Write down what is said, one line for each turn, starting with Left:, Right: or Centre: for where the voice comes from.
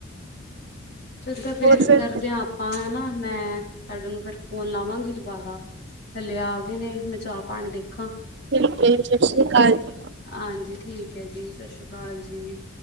Left: ਚੰਗਾ ਫਿਰ
Right: ਹੋਰ ਸਭ
Left: ਕਰਦੇ ਹਾਂ ਆਪਾਂ ਹੈਨਾ ਮੈਂ, ਤੁਆਡੇ ਨੂੰ ਫਿਰ ਫੋਨ ਲਾਵਾਂਗੀ ਦੁਬਾਰਾ। ਥੱਲੇ ਆ ਗਏ ਨੇ ਮੈਂ ਚਾਹ ਪਾਣੀ ਦੇਖਾਂ
Right: ਠੀਕ ਐ ਸਤਿ ਸ਼੍ਰੀ ਕਾਲ ਜੀ।
Left: ਹਾਂਜੀ ਠੀਕ ਹੈ ਜੀ ਸਤਿ ਸ੍ਰੀ ਕਾਲ ਜੀ।